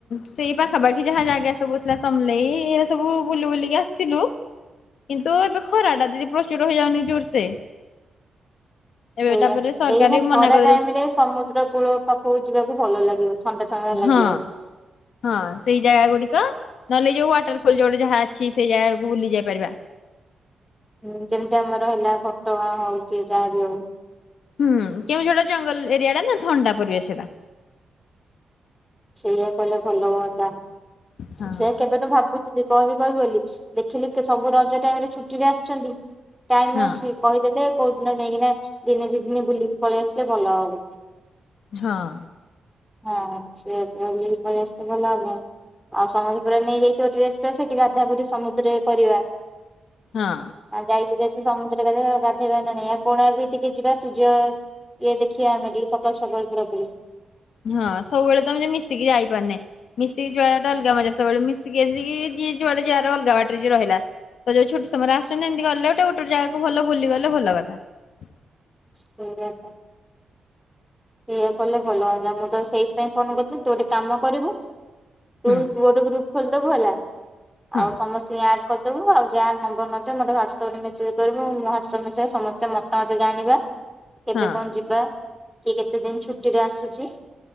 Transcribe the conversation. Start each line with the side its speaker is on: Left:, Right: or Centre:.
Left: ସେଇ ପାଖାପାଖି ଯାହା ଜାଗା ସବୁ ଥିଲା ସମଲେଇ ଏଇରା ସବୁ ବୁଲି ବୁଲିକି ଆସିଥିଲୁ କିନ୍ତୁ ଏବେ ଖରା ଟା ଦିଦି ପ୍ରଚୁର ହେଇଯାଉନି ଜୋରସେ। ଏବେ
Centre: ଏଇଆ
Left: ତାପରେ ସରକାର
Centre: ଏଇନା
Left: ବି ମନା
Centre: ଖରା
Left: କରିଦେଲେ
Centre: ଟାଇମ ରେ ସମୁଦ୍ର କୂଳ ପାଖକୁ ଯିବାକୁ ଭଲ ଲାଗିବ। ଥଣ୍ଡା ଥଣ୍ଡା ଲାଗିବ।
Left: ହଁ ହଁ ସେଇ ଜାଗା ଗୁଡିକ ନହେଲେ ଯୋଉ ୱାଟରଫଲ ଯୋଉଠି ଯାହା ଅଛି ସେଇ ଜାଗାକୁ ବୁଲି ଯାଇ ପାରିବା।
Centre: ହୁଁ ଯେମିତି ଆମର ହେଲା ।
Left: ହୁଁ କେଉଁଝରଟା ଜଙ୍ଗଲ ଏରିଆ ଟା ନା ଥଣ୍ଡା ପରିବେସଟା।
Centre: ସେଇଆ କହିଲେ ଭଲ ହୁଅନ୍ତା।
Left: ହଁ
Centre: ସେୟା କେବେଠୁ ଭାବୁଚି ଥିଲି କହିବି କହିବି ବୋଲି ଦେଖିଲି ସବୁ ରଜ ଟାଇମରେ ଛୁଟିରେ ଆସିଛନ୍ତି । ଟାଇମ
Left: ହଁ
Centre: ଅଛି କହିଦେଲେ । କଉ ଦିନ ଯାଇକିନା ଦିନେ ଦି ଦିନେ ବୁଲିକି ପଳେଇ ଆସିଲେ ଭଲ ହେବ ।
Left: ହଁ ।
Centre: ହଁ ସେୟା କଲେ ବୁଲିକି ପଲେଇ ଆସିଲେ ଭଲ ହେବଥାଆନ୍ତା । ଆଉ ସମସ୍ତେ ପୁରା ନେଇଯାଇଥିବ ଡ୍ରେସ୍ ଫ୍ରେସ ସେଠି ଗାଧା ଗୁଧି ସମୁଦ୍ରରେ କରିବା ।
Left: ହଁ।
Centre: ହଁ ଯାଇଚି ଯାଇଛି ସମୁ । ଗାଧେଇବା ନା ନାଇଁ ଆଉ କୋଣାର୍କ ବି ଟିକେ ଯିବା ସୂର୍ଯ୍ୟ ଇଏ ଦେଖିବା ଆମେ ଟିକେ ସକାଳ ସକାଳ ପୁର ପୁ ।
Left: ହଁ ସବୁବେଳେ ତମେ ତ ମିଶିକି ଯାଇପାରୁନେ ମିଶିକି ଯିବାଟା ଅଲଗା ମଜା ସବୁବେଳେ ମିଶିକି ଏମିତି କି ଯିଏ ଯୁଆଡେ ଯାର ଅଲଗା ବାଟରେ ଯିଏ ରହିଲା ତ ଯୋଉ ଛୁଟି ସ ତମର ଆସଛନ୍ତି ଏମତି ଗଲେ ଗୋଟେ ଗୋଟେ ଜାଗା । ଭଲ ବୁଲି ଗଲେ ଭଲ କଥା ।
Centre: ସେଇଆ ତ ସେୟା କଲେ ଭଲ ହୁଅନ୍ତା ମୁଁ ତ ସେଇଥିପାଇଁ ଫୋନ କରିଥିଲି ତୁ ଗୋଟେ କାମ କରିବୁ ।
Left: ହୁଁ
Centre: ତୁ ଗୋଟ ଗ୍ରୁପ ଖୋଲି ଦବୁ ହେଲା ।
Left: ହୁଁ
Centre: ଆଉ ସମସ୍ତି ଙ୍କୁ ଆଡ଼୍ କରିଦବୁ ଆଉ ଯାହା ନମ୍ବର ନଥିବ ମୋଟେ ହ୍ୱାଟସପ ରେ ମେସେଜ କରିବୁ ମୁଁ ହ୍ୱାଟସଆପ୍ ମେସେଜ ସମସ୍ତଙ୍କ ମତ ମତ ଜାଣିବା । କେବେ
Left: ହଁ
Centre: କଣ ଯିବା । କିଏ କେତେ ଦିନ ଛୁଟି ରେ ଆସୁଚି ।